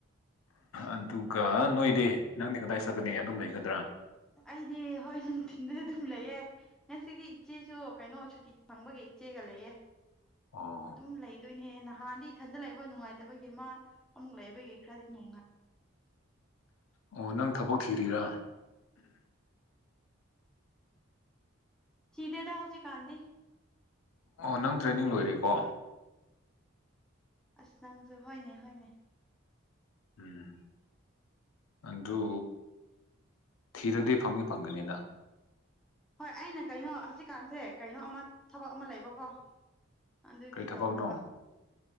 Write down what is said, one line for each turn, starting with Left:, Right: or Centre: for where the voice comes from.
Left: ꯑꯗꯨꯒ ꯅꯣꯢꯗꯤ ꯅꯪꯗꯤ ꯀꯗꯥꯢ ꯆꯠꯀꯅꯤ ꯑꯗꯨꯝ ꯂꯩꯒꯗ꯭ꯔꯥ
Centre: ꯑꯩꯗꯤ ꯍꯣꯢ ꯅꯨꯡꯊꯤꯟꯗꯗꯤ ꯑꯗꯨꯝ ꯂꯩꯌꯦ ꯉꯥꯁꯤꯗꯤ ꯏꯆꯦꯁꯨ ꯀꯩꯅꯣ ꯁꯨꯇꯤ ꯐꯪꯕꯒꯤ ꯏꯆꯦꯒ ꯂꯩꯌꯦ
Left: ꯑꯣ
Centre: ꯑꯗꯨꯝ ꯂꯩꯗꯣꯢꯅꯦ ꯅꯍꯥꯟꯗꯤ ꯏꯊꯟꯗ ꯂꯩꯕ ꯅꯨꯡꯉꯥꯢꯇꯕꯒꯤ ꯑꯃ ꯑꯃꯨꯛ ꯂꯩꯕꯒꯤ ꯈꯔꯗꯤ ꯅꯨꯡꯉꯥꯢ
Left: ꯑꯣ ꯅꯪ ꯊꯕꯛ ꯊꯤꯔꯤꯔꯥ
Centre: ꯆꯤꯗ‌ꯦꯗ ꯍꯧꯖꯤꯀꯥꯟꯗꯤ
Left: ꯑꯣ ꯅꯪ ꯇ꯭ꯔꯦꯅꯤꯡ ꯂꯣꯢꯔꯦꯀꯣ
Centre: ꯑꯁ ꯅꯪꯁꯨ ꯍꯣꯢꯅꯦ ꯍꯣꯢꯅꯦ
Left: ꯎꯝ ꯑꯗꯨ ꯊꯤꯔꯗꯤ ꯐꯪꯉꯦ ꯐꯪꯒꯅꯤꯅ
Centre: ꯍꯣꯏ ꯑꯩꯅ ꯀꯩꯅꯣ ꯍꯧꯖꯤꯛꯀꯥꯟꯁꯦ ꯀꯩꯅꯣ ꯑꯃ ꯊꯕꯛ ꯑꯃ ꯂꯩꯕꯀꯣ ꯑꯗꯨꯒꯤ
Left: ꯀꯔꯤ ꯊꯕꯛꯅꯣ
Centre: ꯇꯧꯗꯕ